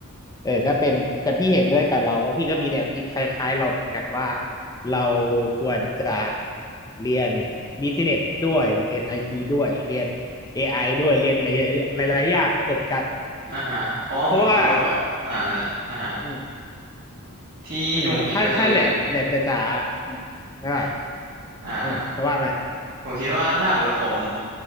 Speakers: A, on the left (about 15°); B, on the right (about 45°).
A: เออก็เป็นแต่พี่เห็นด้วยกับเราว่าะพี่ก็มีแนวคิดคล้ายๆเราเหมือนกันว่าเราควรจะเรียนบิสเนสด้วยเรียนไอทีด้วยเรียน AI ด้วยเรียนหลายๆหลายๆอย่างผสมกัน
B: อ่าฮะเพราะว่าผมคิดว่าแบบอ่านั่นแหละอ่าฮะ
A: เพราะว่าอืม
B: ที่ที่ผมคิดก็คือ
A: อืมถ้าถ้าแหลมแหลมจ๋าๆอืมไม่ไหว
B: อ่า
A: อืมเพราะว่ามา
B: ผมคิดว่าถ้าหมดผม